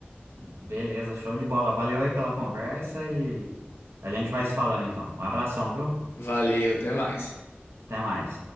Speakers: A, on the right; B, on the left.
A: beleza, show de bola. Valeu aí pela conversa e a gente vai se falando então. Um abração, viu?
B: Valeu, até mais.
A: Até mais.